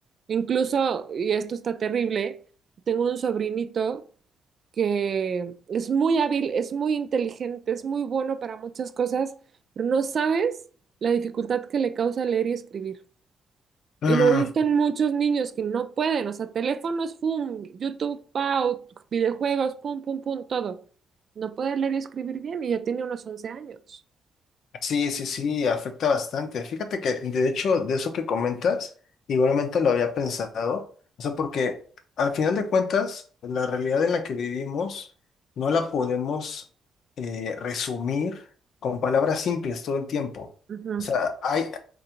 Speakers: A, on the right; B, on the left.
A: Incluso, y esto está terrible, tengo un sobrinito que es muy hábil, es muy inteligente, es muy bueno para muchas cosas, pero no sabes la dificultad que le causa leer y escribir.
B: Ah,
A: Y lo he visto en muchos niños que no pueden, o sea, teléfonos, pum, YouTube, pau, videojuegos, pum, pum, pum, todo. No puede leer y escribir bien y ya tiene unos once años.
B: Sí, sí, sí, afecta bastante. Fíjate que, de hecho, de eso que comentas, igualmente lo había pensado. O sea, porque al final de cuentas, la realidad en la que vivimos no la podemos eh, resumir con palabras simples todo el tiempo.
A: Ujú,
B: O sea, hay,